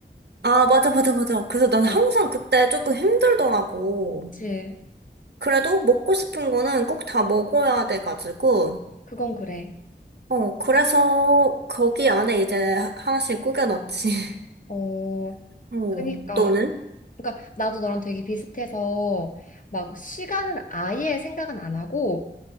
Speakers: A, on the right; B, on the left.
A: 아, 맞아, 맞아, 맞아. 그래서 난
B: 네.
A: 항상 그때 조금 힘들더라고.
B: 그치?
A: 그래도 먹고 싶은 거는 꼭 다 먹어야 돼가지고,
B: 그건 그래.
A: 어, 그래서 거기 안에 이제 하- 하나씩 꾸겨넣지. <laughs>
B: 어,
A: 어,
B: 그니까.
A: 또는?
B: 그니까 나도 너랑 되게 비슷해서 막 시간은 아예 생각은 안 하고